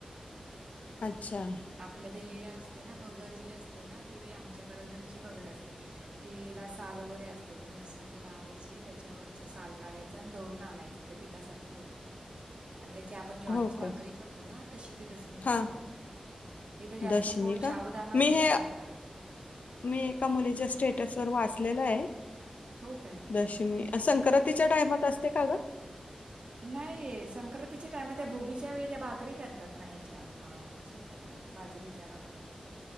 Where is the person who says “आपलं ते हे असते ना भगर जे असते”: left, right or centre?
Right